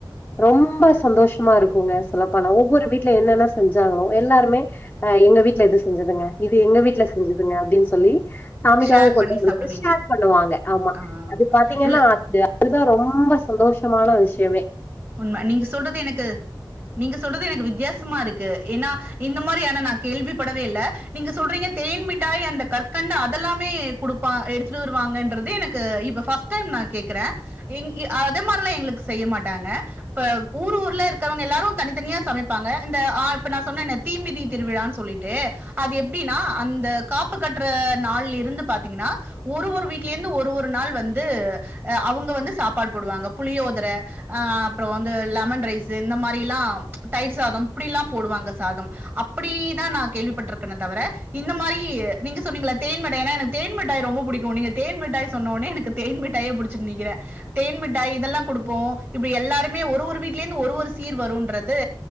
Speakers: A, on the left (about 20°); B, on the right (about 25°).
A: ரொம்ப சந்தோஷமா இருக்குங்க சொல்லப்போனா ஒவ்வொரு வீட்ல என்னென்ன செஞ்சாங்களோ எல்லாருமே அ எங்க வீட்ல இது செஞ்சதுங்க இது எங்க வீட்ல செஞ்சதுங்க அப்டின் சொல்லி சாமிக்காக
B: ஷேர்
A: கொண்டு
B: பண்ணி
A: வந்தது
B: சாப்பிடுவீங்க.
A: ஷேர் பண்ணுவாங்க ஆமா
B: ஆ.
A: அது பாத்தீங்கன்னா
B: இல்ல
A: அது அதுதா ரொம்ப சந்தோஷமான விஷ்யமே
B: உண்ம நீங்க சொல்றது எனக்கு நீங்க சொல்றது எனக்கு வித்யாசமா இரு க்கு ஏன்னா இந்த மாரியானா நா கேள்வி படவே இல்ல நீங்க சொல்றீங்க தேன் மிட்டாய் அந்த கற்கண்டு அதெல்லாமே குடுப்பா எடுத்துட்டு வருவாங்கன்றது எனக்கு இப்ப ஃபஸ்ட் டைம் நா கேக்குறே இங் அதே மார்லா எங்களுக் செய்ய மாட்டாங்க இப்ப ஊர் ஊர்ல இருக்கவங்க எல்லாரு தனித்தனியா சமைப்பாங்க இந்த ஆ இப்ப நா சொன்னனே இந்த தீமிதி திருவிழான் சொல்லிட்டு அது எப்டின்னா அந்த காப்பு கட்ற நாள்லிருந்து பாத்தீங்கனா ஒரு ஒரு வீட்லேந்து ஒரு ஒரு நாள் வந்து அவுங்க வந்து சாப்பாடு போடுவாங்க புளியோதர ஆ ப்றோ வந்து லெமன் ரைஸு இந்த மாரில்லா தயிர் சாதம் இப்டில்லா போடுவாங்க சாதம் அப்டீதா நா கேள்விப்பட்ருக்கனே தவிர இந்த மாரி நீங்க சொன்னீங்கள தேன் மிட்டா எனக்கு தேன் மிட்டாய் ரொம்ப புடிக்கு நீங்க தேன் மிட்டாய் சொன்னோனே எனக்கு தேன் மிட்டாயே புடுச்சுட் நிக்கிறே தேன் மிட்டாய் இதெல்லா குடுப்போ இப்டி எல்லாரு மே ஒரு ஒரு வீட்லேந்து ஒரு ஒரு சீர் வருன்றது